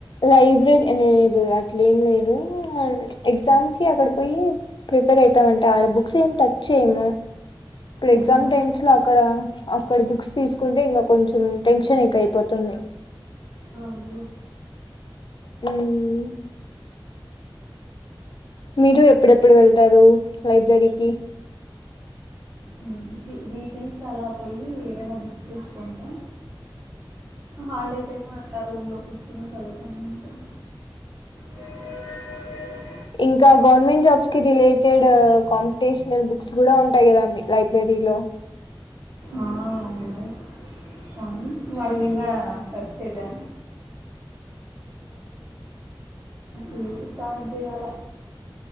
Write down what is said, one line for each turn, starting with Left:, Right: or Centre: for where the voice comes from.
Left: లైబ్రరి ఎ లేదు అట్లేం లేదూ ఎగ్జామ్ కి అక్కడ పొయీ ప్రిపేర్ అవుతా ఉంటా, ఆడ బుక్స్ ఏం టచ్ చెయ్యము. ఇప్పుడు
Right: మ్మ్.
Left: ఎగ్జామ్ టైమ్స్ లో అక్కడా అక్కడ బుక్స్ తీసుకుంటే, ఇంక కొంచెము టెన్షన్ ఎక్కైపోతుంది.
Right: ఆ ఉంది.
Left: ఉమ్ మీరు ఎప్పుడెప్పుడు వెళ్తారూ లైబ్రరికి?
Right: నేను వీకెండ్స్లో అలా పొయీ ఏవైనా బుక్స్ తీసుకుంటా. హాలిడే టైమ్ అట్లా రూమ్ లో కూర్చుని చదువుతా ఉంటాం. స
Left: ఇంకా గవర్నమెంట్ జాబ్స్ కి రిలేటెడ్ కాంపిటీషనల్ బుక్స్ గుడా ఉంటాయి గదా అండి? లైబ్రరీలో
Right: ఆ ఉన్నయి కానీ, వాటినింకా
Left: ఉమ్
Right: స్టర్ట్ చేయలే. ఊ ఇక్ స్టార్ట్ జేయాల?